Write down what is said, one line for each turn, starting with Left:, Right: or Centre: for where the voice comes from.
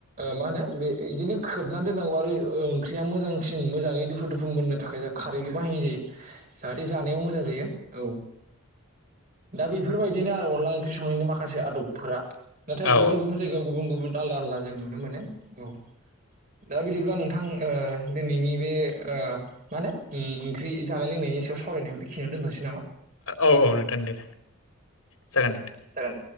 Right: मा होनो बे बिदिनो <unintelligible> खोबनानै दोन्नांगौ आरो ओंख्रिया मोजांसिन मोजाङै दुफु -दुफु मोनोननो थाखाय जाहा खारैबो बाहायनाय जायो। जाहाथे जानायाव मोजां जायो। औ दा बेफोरबायदिनो आरो अनला ओंख्रि संनायनि माखासे आदब फोरा। नाथाय
Left: औ
Right: गुबुन गुबुन जायगायाव गुबुन गुबुन आलदा आलदा जों नुनो मोनो। औ। दा बिदिब्ला नोंथां ओ दिनैनि बे ओ मा होनो ओ ओंख्रि जानाय लोंनायनि सायाव सावरायनायखौ बेखिनियावनो दोनथ'सै।
Left: ओ औ नोंथां दे जागोन दे नोंथां।
Right: जागोन दे।